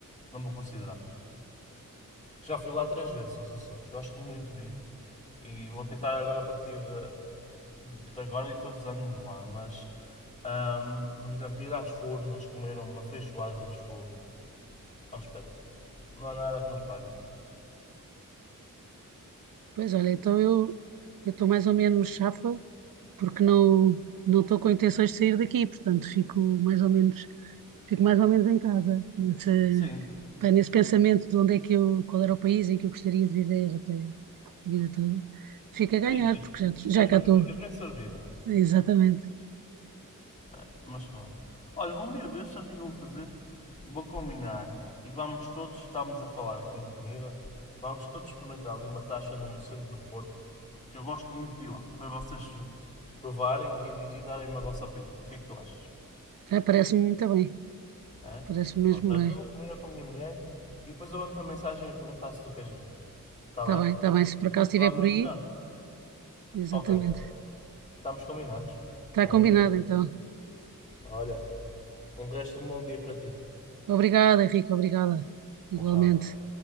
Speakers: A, on the left (about 20°); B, on the right (about 80°).
A: não vou considerar. Já fui lá três vezes aos Açores, gosto muito de ir. E vou tentar agora a partir de, de agora e todos os anos lá, mas hum, por exemplo, ir às Furnas, comer uma feijoada das Furnas. É um espetáculo. Não há nada que nos pague isso.
B: Pois olha, então eu eu estou mais ou menos chafa porque não não estou com intenções de sair daqui, portanto fico mais ou menos fico mais ou menos em casa nesse
A: Sim.
B: pá, nesse pensamento de onde é que eu qual era o país em que eu gostaria de viver até a vida toda. Fico a ganhar
A: Ficas,
B: porque já já
A: ficas,
B: cá estou.
A: ficas bem servida.
B: Exatamente.
A: É, mas pronto. Olha, um dia destes, sabes o que é que eu vou fazer? Vou combinar e vamos todos, estamos a falar aqui em comida, vamos todos experimentar ali uma taxa no centro do Porto, que eu gosto muito de ir lá, para vocês provarem e, e darem-me a vossa opinião. O que é que tu achas?
B: Ah, Parece-me muito bem.
A: É?
B: Parece-me
A: Pronto,
B: mesmo
A: olha,
B: bem.
A: então vou combinar com a minha mulher e depois eu mando-te uma mensagem a perguntar se tu queres ver. Está
B: Está
A: bem?
B: bem, está bem. Se por acaso estiver
A: Falamos
B: por aí,
A: melhor.
B: exatamente.
A: Ok, estamos combinados.
B: Está
A: Está
B: combinado,
A: bem, meu Maria?
B: então.
A: Olha, um resto de um bom dia para ti.
B: Obrigada, Henrique, obrigada. Igualmente.
A: Tchau, tchau.